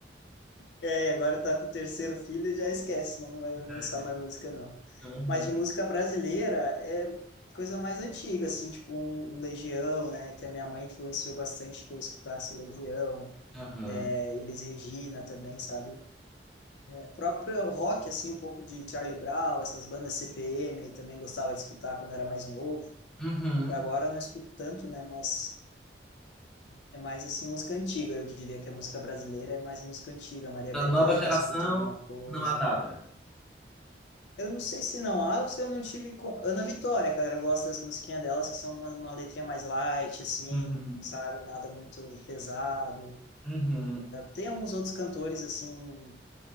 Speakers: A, on the left (about 75°); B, in the centre.
A: É, e agora tá pro terceiro filho e já esquece, né? Não vai lançar
B: É.
A: mais música, não.
B: Aham.
A: Mas de música brasileira é coisa mais antiga, assim, tipo um um Legião, né? Que a minha mãe influenciou bastante que eu escutasse Legião,
B: Aham.
A: é, Elis Regina também, sabe? É, próprio rock, assim, um pouco de Charlie Brown, essas bandas CPM, também gostava de escutar quando era mais novo.
B: Uhum.
A: E agora eu não escuto tanto, né? Mas é mais, assim, música antiga, eu diria que a música brasileira é mais música antiga. Maria
B: Da
A: Bethânia,
B: nova geração,
A: escuta alguma coisa.
B: não há nada.
A: Eu não sei se não há ou se eu não tive. co- Ana Vitória, cara, eu gosto das musiquinhas delas, que são uma, uma letrinha mais light, assim,
B: Uhum.
A: sabe? Nada muito pesado.
B: Uhum.
A: Tem alguns outros cantores, assim,